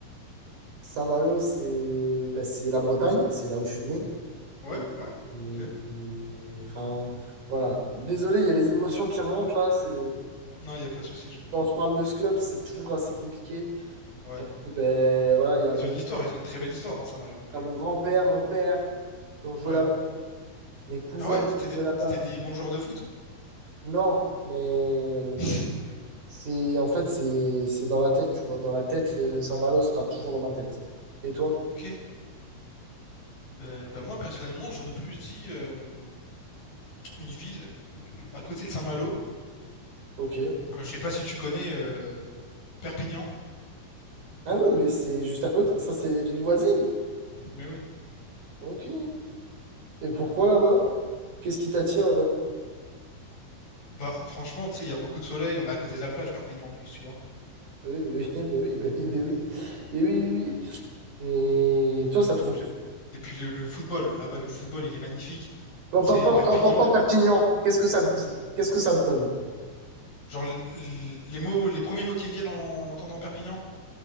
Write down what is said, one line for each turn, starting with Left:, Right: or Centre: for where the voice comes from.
Right: Saint-Malo, c'est ben, c'est la Bretagne, c'est là où je suis né.
Left: ouais,
Right: Et,
Left: ouais,
Right: et-
Left: ok.
Right: et- enfin, voilà. Désolé, il y a les émotions qui remontent là. C'est...
Left: Non, y a pas de souci, je comprends.
Right: Quand on se parle de ce club, c'est toujours assez compliqué.
Left: Ouais.
Right: Et Ben, voilà, il y a
Left: Ils
Right: mon,
Left: ont une histoire, ils ont une très belle histoire, hein, Saint-Malo.
Right: il y a mon grand-père, mon père qui ont joué
Left: Ouais.
Right: là-bas, mes cousins
Left: Ah ouais,
Right: qui
Left: c'était des,
Right: ont joué
Left: c'était
Right: là-bas.
Left: des bons joueurs de foot.
Right: Non, mais
Left: <laughs>
Right: c'est en fait, c'est c'est dans la tête, tu vois. Dans la tête, euh, Saint-Malo sera toujours dans ma tête. Et toi?
Left: Ok. Euh, bah moi, personnellement, j'aurais plus dit euh, une ville à côté de Saint-Malo.
Right: Ok.
Left: Euh, Je sais pas si tu connais euh, Perpignan,
Right: Ah oui, mais c'est juste à côté, ça, c'est ville voisine.
Left: mais oui.
Right: Ok. Et pourquoi là-bas? Qu'est-ce qui t'attire là-bas?
Left: Bah franchement, tu sais, il y a beaucoup de soleil, on est à côté de la plage, Perpignan en plus, tu vois.
Right: Oui, bah oui, <laughs> bah oui, bah oui, bah oui, mais oui, oui, oui. Mais toi,
Left: Du
Right: ça
Left: coup,
Right: te procure.
Left: j'ai- Et puis le, le football, là-bas, le football, il est magnifique.
Right: Quand
Left: C'est
Right: t'entends,
Left: Perpignan.
Right: quand t'entends Perpignan, qu'est-ce que ça te dit? Qu'est-ce que ça te donne? <laughs>
Left: Genre, l- l- les mots, les premiers mots qui me viennent en entendant Perpignan,